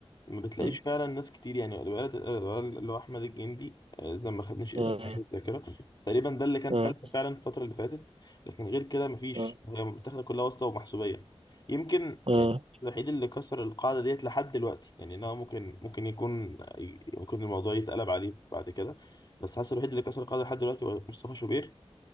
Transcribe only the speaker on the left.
ما بتلاقيش
فعلا ناس كتير يعني الولد الولد اللي هو احمد الجندي آه، زي ما خدنيش اسمه
يعني في الذاكره تقريبا ده اللي كان
فلتة فعلا الفتره اللي فاتت لكن غير كده مفيش
هي متاخده كلها واسطه ومحسوبيه يمكن
يعني الوحيد اللي كسر القاعده ديت لحد دلوقتي يعني ان هو ممكن ممكن يكون ممكن الموضوع يتقلب عليه بعد كده بس حاسس الوحيد اللي كسر القاعده لحد دلوقتي هو مصطفى شوبير